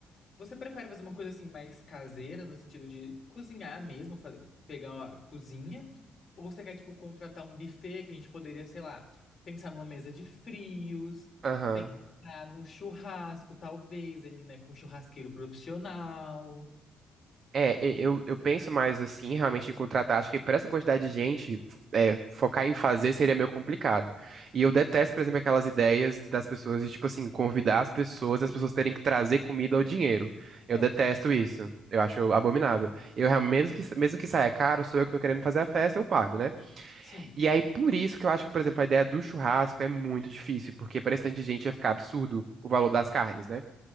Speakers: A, on the left; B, on the right.
A: Você prefere fazer uma coisa assim mais caseira, no sentido de cozinhar mesmo, fa- pegar a cozinha? Ou você quer tipo contratar um buffet que a gente poderia, sei lá, pensar numa mesa de frios,
B: Aham.
A: pensar num churrasco, talvez ali, né, com um churrasqueiro profissional?
B: É, e- eu, eu penso mais assim, realmente, em contratar. Acho que para essa quantidade de gente, é, focar em fazer seria meio complicado. E eu detesto,
A: Sim.
B: por exemplo, aquelas ideias das pessoas de, tipo assim, convidar as pessoas e as pessoas terem que trazer comida ou dinheiro. Eu
A: É,
B: detesto
A: não, não.
B: isso. Eu acho
A: Aham.
B: abominável. Eu, real- mesmo que, mesmo que saia caro, sou eu que tô querendo fazer a festa, eu pago, né?
A: Sim,
B: E aí, por isso que eu acho que, por exemplo, a ideia do churrasco é muito difícil, porque para esse tanto de gente ia ficar absurdo o valor das carnes, né?